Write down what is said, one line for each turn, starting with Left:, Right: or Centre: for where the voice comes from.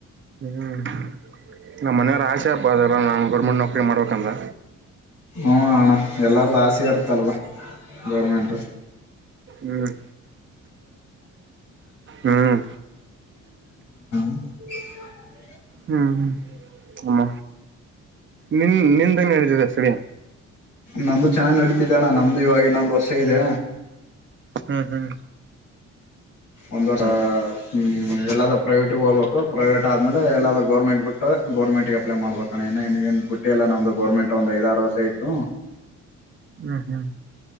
Right: ಹ್ಮ್ ನಮ್ಮ್ ಮನೆಯವ್ರ ಆಶೆ ಅಪ್ಪ ಅದಲ್ಲ ನಾ ಗೌರ್ಮೆಂಟ್ ನೌಕರಿ ಮಾಡ್ಬೇಕಂತ
Left: ಹ್ಮ ಹಣ ಎಲ್ಲಾರ್ದು ಆಸೆ ಇರುತ್ತಲ್ವಾ ಗೌರ್ಮೆಂಟ್
Right: ಹ್ಮ್ ಹ್ಮ್
Left: ಹ್ಮ ಹ್ಮ
Right: ಹ್ಮ್ ಹ ಅಮ್ಮ ನಿನ್ ನಿನ್ಗ ಹಳ್ತಿದೆ ಶ್ರಡೀ
Left: ನಂದುು ಚೆನ್ನಾಗ್ ನಡೀತಿದ್ದಣ್ಣ ನಮ್ದು ಇವಾಗ ಇನ್ನೊಂದು್ ವರ್ಷ ಇದೆ
Right: ಹ್ಮ್ ಹ್ಮ್
Left: ಒಂದವರ
Right: ಹೌದಾ
Left: ಹ ಎಲ್ಲದರ ಪ್ರೈವೇಟಿಗೆ ಹೋಗಬೇಕು ಪ್ರೈವೇಟ್ ಆದೇಲೆ ಎಲ್ಲರ ಗೌರ್ಮೆಂಟ್ ಬಿಟ್ಟ ಗರ್ಮೆಂಟಿಗೆ ಅಪ್ಲೈ ಮಾಡ್ಬೇಕುಣ ಬುಟ್ಟೆಲ್ಲ ನಮ್ದು ಗೌರ್ಮೆಂಟ್ ಒಂದು ಐದಾರು ವರ್ಷ ಇತ್ತು
Right: ಹ್ಮ್ ಹ್ಮ್